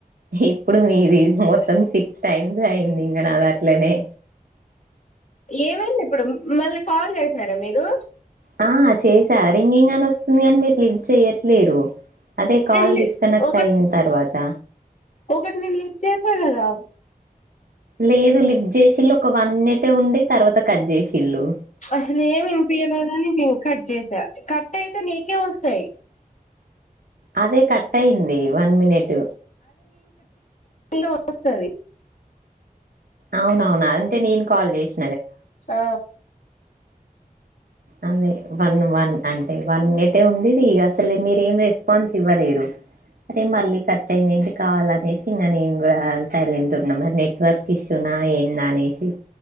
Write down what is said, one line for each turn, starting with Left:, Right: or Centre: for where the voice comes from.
Right: ఇప్పుడు మీది మొత్తం సిక్స్ టైమ్స్ అయింది ఇంగ నాది అట్లనే
Left: ఏమైంది ఇప్పుడుం మళ్ళీ కాల్ చేసారా మీరు
Right: ఆ చేసా రింగింగ్ అని వస్తుంది అని మీరు లిఫ్ చెయట్లేరు అదే కాల్
Left: నేను లి
Right: డిస్కు కనెక్ట్
Left: ఒక
Right: అయిన తర్వాత
Left: ఒకటి నేను లిఫ్ట్ చేసా కదా
Right: లేదు లిఫ్ట్ చేసి ఇల్ళు ఒక వన్ మినిటే ఉండె తర్వాత కట్ చేసిల్ళు
Left: అసలు ఏమి వినిపయలేదని కట్ చేసా కట్ అయితే నీకే వస్తాయి
Right: అదే కట్ ట్టయింది వన్ మనిట్
Left: లో వస్తాది
Right: అవునవును అంతే నిను కాల్ చేస్
Left: ఆ
Right: అదే వన్ వన్ అంటే వన్ మినిట్ ఏ ఉంది ఇది అసలు మీరేం రెస్పాన్స్ ఇవ్వలేరు అది మళ్ళీ కట్ అయినదండి కావాలనేసి ఇంకా నేను కూడా సైలెంట్ ఉన్నా మరి నెట్వర్క్ ఇష్యూనా ఏంద అనేసి